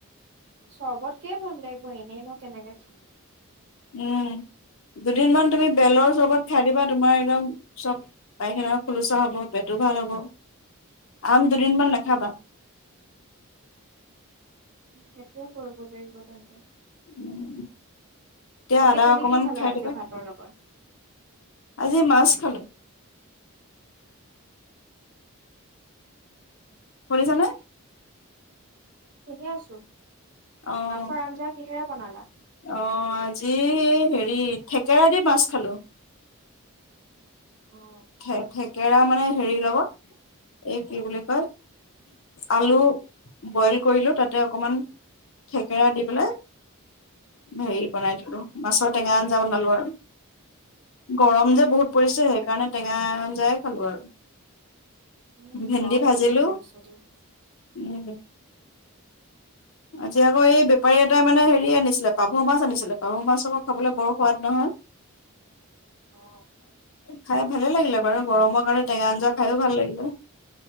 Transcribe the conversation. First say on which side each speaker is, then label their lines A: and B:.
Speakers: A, on the right (about 55°); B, on the left (about 65°).
A: চৰ্বতকেই ভাল লাগিব। এনেইনো কেনেকে খাম।
B: উম দুদিনমান তুমি বেলৰ চবত খাই দিবা তোমাৰ একদম চব পাইখানা খোলোচা হব। পেটো ভাল হব, আম দুদিনমান নাখাবা
A: সেইটোয়ে কৰিব লাগিব তেন্তে।
B: উম <unintelligible>
A: বাকী,
B: আদা
A: তুমি
B: অকমান
A: কি খালা
B: খাই
A: আজি
B: দিবা
A: ভাতৰ লগত?
B: আজি মাছ খালো। শুনিছানে?
A: শুনি আছো।
B: অ',
A: মাছৰ আঞ্জা কিহেৰে বনালা
B: অ', আজি। হেৰি- থেকেৰা দি মাছ খালো।
A: অ অ
B: থে-থেকেৰা মানে হেৰি লগত, এই কি বুলি কয়! আলু বইল কৰিলো তাতে অকমান থেকেৰা দি পেলাই হেৰি বনাই দিলো মাছৰ টেঙা আঞ্জা বনালো আৰু, গৰম যে বহুত
A: অ
B: পৰিছে সেইকাৰণে টেঙা আঞ্জাই খালো আৰু।
A: উম
B: ভেন্দি
A: গৰম
B: ভাজিলো,
A: বহুত পৰিছে দেই
B: উ - আজি আকৌ এই বেপাৰী এটাই মানে হেৰি আনিছিলে পাভ মাছ আনিছিলে, পাভ মাছ আকৌ খাবলৈ বৰ সোৱাদ নহয়,
A: অ
B: খাই খাই ভালে লাগিলে বাৰু, গৰমৰ কাৰণে-